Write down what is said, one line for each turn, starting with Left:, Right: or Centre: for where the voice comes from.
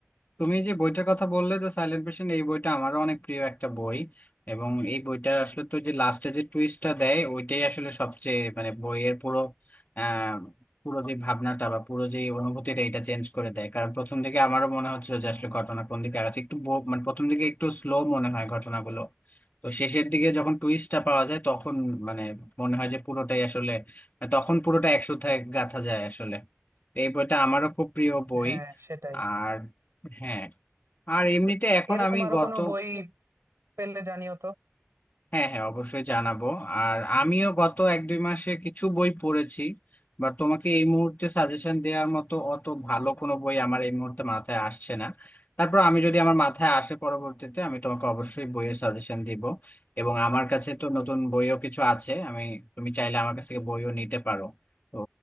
Left: তুমি যে বইটার কথা বললে যে সাইলেন্ট পেশেন্ট এই বইটা আমারও অনেক প্রিয় একটা বই এবং এই বইটা আসলে তো যে লাস্টে যে টুইস্টটা দেয় ওইটাই আসলে সবচেয়ে মানে বইয়ের পুরো আহ পুরো যে ভাবনাটা বা পুরো যে অনুভূতিটা এটা চেঞ্জ করে দেয় কারণ প্রথম দিকে আমারও মনে হচ্ছিল যে আসলে ঘটনা কোন দিকে আগাচ্ছে একটু বো- মানে প্রথম দিকে একটু স্লো মনে হয় ঘটনাগুলো তো শেষের দিকে যখন টুইস্টটা পাওয়া যায় তখন মানে মনে হয় যে পুরোটাই আসলে তখন পুরোটা একসূত্রে গাঁথা যায় আসলে তো এই বইটা আমারও খুব প্রিয় বই
Right: হ্যাঁ সেটাই
Left: আর হ্যাঁ আর এমনিতে
Right: এ-
Left: এখন
Right: এরকম
Left: আমি
Right: আরো
Left: গত
Right: কোনো বই পেলে জানিও তো
Left: হ্যাঁ হ্যাঁ অবশ্যই জানাবো আর আমিও গত এক দুই মাসে কিছু বই পড়েছি বা তোমাকে এই মুহূর্তে সাজেশন দেওয়ার মতো অত ভালো কোনো বই আমার এই মুহূর্তে মাথায় আসছে না তারপর আমি যদি আমার মাথায় আসে পরবর্তীতে আমি তোমাকে অবশ্যই বইয়ের সাজেশন দিব এবং আমার কাছে তো নতুন বইও কিছু আছে আমি তুমি চাইলে আমার কাছ থেকে বইও নিতে পারো তো